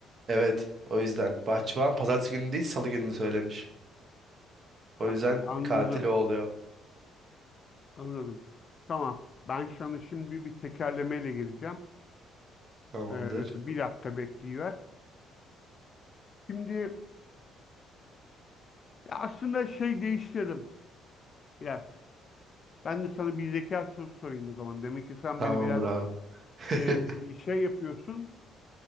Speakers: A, on the right; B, on the left.
A: Evet. O yüzden. Bahçıvan pazartesi günü değil salı gününü söylemiş.
B: Ha,
A: O yüzden
B: anladım.
A: katil o oluyor.
B: Anladım. Tamam. Ben sana şimdi bir tekerlemeyle geleceğim.
A: Tamamdır.
B: Ee, bir dakika bekleyiver. Şimdi Ya aslında şey değiştirdim biraz. Ben de sana bir zeka sorusu sorayım o zaman. Demek ki sen
A: Tamamdır
B: beni biraz
A: abi. <laughs>
B: e, şey yapıyorsun,